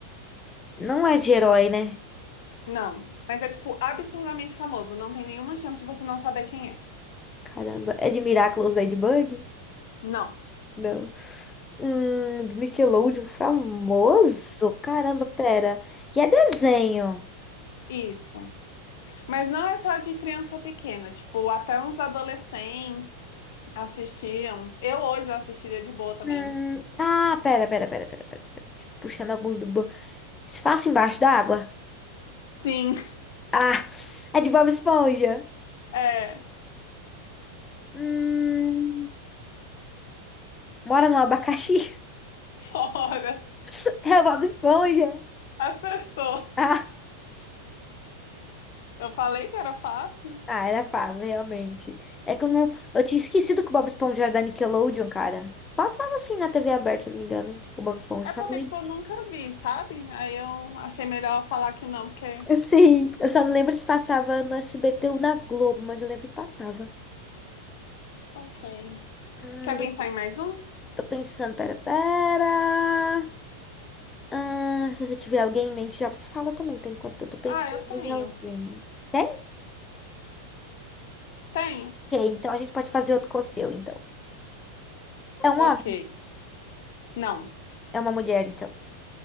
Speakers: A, on the left; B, on the left.
A: Não é de herói, né?
B: Não, mas é tipo absurdamente famoso. Não tem nenhuma chance de você não saber quem é.
A: Caramba, é de Miraculous Ladybug?
B: Não.
A: Não. Hum, do Nickelodeon famoso? Caramba, pera. E é desenho?
B: Isso. Mas não é só de criança pequena, tipo, até uns adolescentes assistiam. Eu hoje eu assistiria de boa também.
A: Hum, ah, pera, pera, pera, pera, pera. pera. Puxando alguns do Espaço embaixo da água.
B: Sim,
A: Ah, é de Bob Esponja.
B: é,
A: Hum, mora no abacaxi?
B: <laughs> fora.
A: <laughs> É o Bob Esponja.
B: Acertou.
A: Ah,
B: Eu falei que era fácil.
A: ah, era fácil, realmente. É que eu não. Eu tinha esquecido que o Bob Esponja era da Nickelodeon, cara. Passava assim na TV aberta, se não me engano. O Bob Esponja.
B: É
A: Só
B: porque,
A: não lembro.
B: tipo, eu nunca vi, sabe? Aí eu achei melhor falar que não, porque.
A: Eu sei. Eu só não lembro se passava no SBT ou na Globo, mas eu lembro que passava.
B: Ok.
A: Hum,
B: Quer
A: deixa
B: pensar
A: eu-
B: em mais um?
A: tô pensando, pera, pera. Ah, se você tiver alguém em mente, já você fala também, tá? Enquanto eu tô pensando
B: Ah, eu tenho.
A: em alguém. Tem?
B: Tenho.
A: Ok, então a gente pode fazer outro com o seu, então. É um
B: Ok.
A: homem?
B: Não.
A: É uma mulher, então.